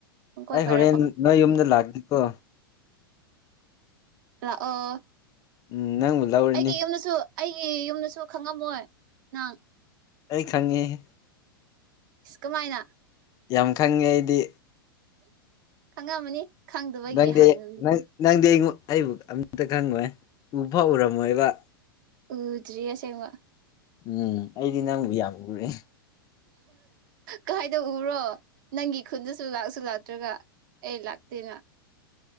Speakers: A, on the right (about 60°); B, on the left (about 30°).
A: ꯄꯪꯀꯣꯏ
B: ꯑꯩ
A: ꯀꯣꯏꯔ
B: ꯍꯣꯔꯦꯟ
A: ꯄꯪ
B: ꯅꯣꯏ ꯌꯨꯝꯗ ꯂꯥꯛꯅꯤꯀꯣ
A: ꯂꯥꯛꯑꯣ
B: ꯎꯝ ꯅꯪꯕꯨ ꯂꯧꯔꯅꯤ
A: ꯑꯩꯒꯤ ꯌꯨꯝꯗꯁꯨ ꯑꯩꯒꯤ ꯌꯨꯝꯗꯁꯨ ꯈꯪꯉꯝꯃꯣꯏ ꯅꯪ
B: ꯑꯩ ꯈꯪꯉꯦꯍꯦ
A: ꯀꯃꯥꯏꯅ
B: ꯌꯥꯝ ꯈꯪꯉꯦ ꯑꯩꯗꯤ
A: ꯈꯪꯉꯝꯃꯅꯤ ꯈꯪꯗꯕꯒꯤ
B: ꯅꯪꯗꯤ
A: ꯍꯥꯡꯉ ꯃꯤꯗꯣ
B: ꯅꯪ ꯅꯪꯗꯤ ꯑꯩ ꯑꯩꯕꯨ ꯑꯝꯇ ꯈꯪꯉꯣꯏ ꯎ ꯐꯧ ꯎꯔꯝꯃꯣꯏꯕ
A: ꯎꯗ꯭ꯔꯤ ꯑꯁꯦꯡꯕ
B: ꯎꯝ ꯑꯩꯗꯤ ꯅꯪꯕꯨ ꯌꯥꯝ ꯎꯔꯦ
A: ꯀꯥꯏꯗ ꯎꯔꯣ ꯅꯪꯒꯤ ꯈꯨꯟꯗꯁꯨ ꯂꯥꯛꯁꯨ ꯂꯥꯛꯇ꯭ꯔꯒ ꯑꯩ ꯂꯥꯛꯇꯦꯅ